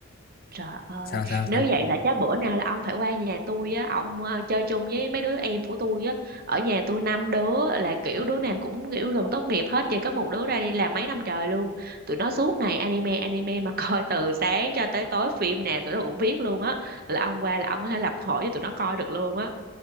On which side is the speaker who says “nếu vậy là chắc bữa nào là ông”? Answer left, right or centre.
Right